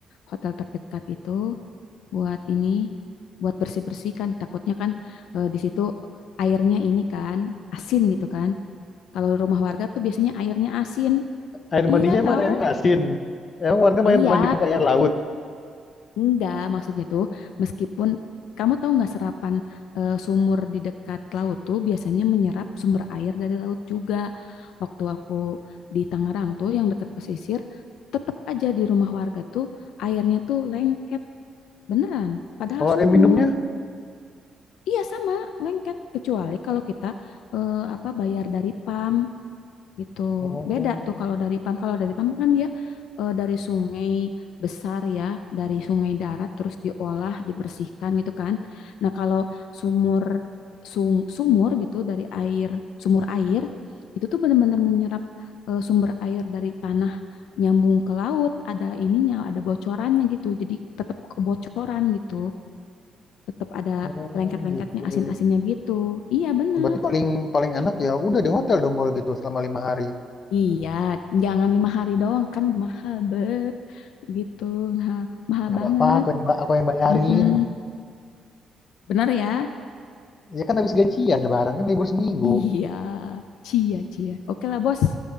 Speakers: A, on the left; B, on the left.
A: hotel terdekat itu buat ini, buat bersih-bersih kan. Takutnya kan eh, di situ airnya ini kan asin gitu kan. Kalau rumah warga tuh biasanya airnya asin.
B: Air mandinya
A: Iya
B: emang
A: tahu.
B: airnya asin. Emang warga
A: Iya,
B: main mandi pakai air laut.
A: Enggak, maksudnya tuh meskipun kamu tahu nggak serapan eh, sumur di dekat laut tuh biasanya menyerap sumber air dari laut juga. Waktu aku di Tangerang tuh yang dekat pesisir, tetap aja di rumah warga tuh airnya tuh lengket beneran, padahal
B: Kalau
A: sumur.
B: air minumnya?
A: Iya sama, lengket kecuali kalau kita eh, apa bayar dari PAM gitu.
B: Oh,
A: Beda tuh kalau dari PAM. Kalau dari PAM kan dia eh, dari sungai besar ya, dari sungai darat terus diolah, dibersihkan gitu kan. Nah, kalau sumur sung- sumur gitu dari air, sumur air itu tuh benar-benar menyerap eh, sumber air dari tanah nyambung ke laut, ada ininya, ada bocorannya gitu. Jadi tetap kebocoran gitu. Tetap ada
B: oh
A: lengket-lengketnya,
B: gitu.
A: asin-asinnya gitu. Iya, benar.
B: Berarti paling paling enak ya udah di hotel dong kalau gitu selama lima hari.
A: Iya, jangan lima hari doang kan mahal bet gitu, nah, mahal
B: Nggak
A: banget.
B: apa-apa, aku yang, ba- aku yang bayarin.
A: Mm-mm. Benar ya?
B: Ya kan habis gajian, lebaran kan libur seminggu.
A: Iya, cia cia. Oke lah bos,